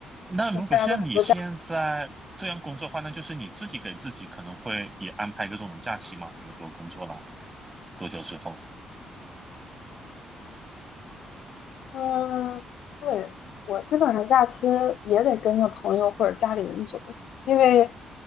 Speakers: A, on the right (about 20°); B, on the left (about 75°).
A: 那如果像你现在这样工作的话，
B: <laughs> 大家都很多假
A: 那就是你自己给自己可能会也安排一个这种假期嘛，比如说工作了多久之后。
B: 嗯，对，我基本上假期也得跟着朋友或者家里人走，因为